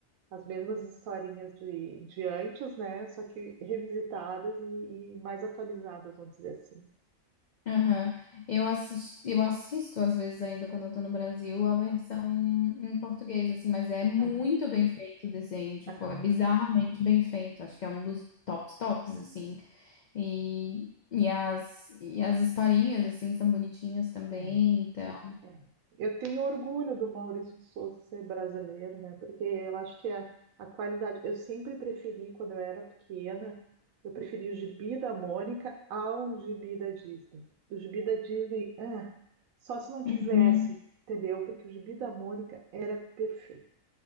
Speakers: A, on the right; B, on the left.
A: as mesmas historinhas de, de antes, né? Só que revisitadas e, e mais atualizadas, vamos dizer assim.
B: Aham. Eu assisto, eu assisto às vezes ainda quando eu tô no Brasil a versão em português, assim, mas é muito
A: Aham,
B: bem feito o desenho, tipo,
A: aham.
B: é bizarramente bem feito. Acho que é um dos tops tops, assim. E, e as, e as historinhas, assim, são bonitinhas também,
A: É.
B: então.
A: É. Eu tenho orgulho do Maurício de Souza ser brasileiro, né? Porque eu acho que a, a qualidade. Eu sempre preferi, quando eu era pequena, eu preferi o gibi da Mônica ao gibi da Disney. O gibi da Disney, ah, só se não tivesse,
B: Uhum.
A: entendeu? Porque o gibi da Mônica era perfeito.